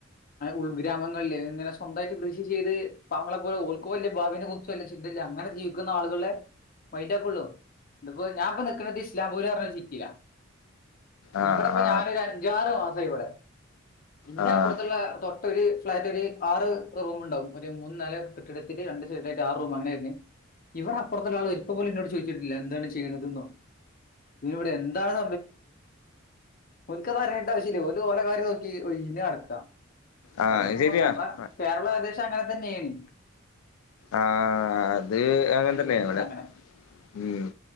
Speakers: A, on the left; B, on the left.
A: ഉൾഗ്രാങ്ങളില് ഇങ്ങനെ സ്വന്തമായിട്ട് കൃഷി ചെയ്ത് പാ വങ്ങളെപോലെ ഓൾക്ക് വല്ലിയ ഭാവിനെ കു ചിന്തയില്ല അങ്ങനെ ജീവിക്കുന്ന ആളുകളെ മെന്റാക്കുള്ളു. ഇപ്പോ ഞാനിപ്പ നിക്കണേഇസ്ലാം പൂല് എന്ന് പറഞ്ഞ സിറ്റിയിലാ
B: ആഹ്
A: ഇവിടിപ്പംഞാനൊരു അഞ്ചാറ് മാസം ഇവിടെ ഇന്റെ
B: ആഹ് ആഹ്
A: അപ്പുറത്തുള്ള തൊ ഒരു ഫ്ളാറ്റ് ഒരു ആറ് റൂം ഉണ്ടാവും ഒരു മൂന്ന് നാല് കെട്ടിടത്തില് രണ്ട് സൈഡായിട്ട് ആറ് റൂം അങ്ങനെരുന്നു ഇവിടെ അപ്പുറത്തുള്ള ആൾ ഒരിക്ക പോലും എന്നോട് ചോദിച്ചിട്ടില്ല എന്താണ് ചെയ്യണത് എന്നോ നീ ഇവിടെ എന്താണ് ഓര്ക്ക് അതറിയണ്ട് ആവശ്യല്ല അവര്ക്ക് അവരെ കാര്യം നോക്കി ഒഴിഞ്ഞ് നടക്കാം
B: ആഹ്
A: ഏകദേശം
B: അത് ശരിയാ
A: നമ്മടെ
B: ആഹ്
A: കേരളം ഏകദേശം അങ്ങനെ തന്നെയാണ്.
B: ആ അത് അങ്ങനെത്തന്നെയാണ്.
A: അത് വരുന്നുണ്ട്
B: ഇവിടെ
A: അങ്ങനെ
B: ഉം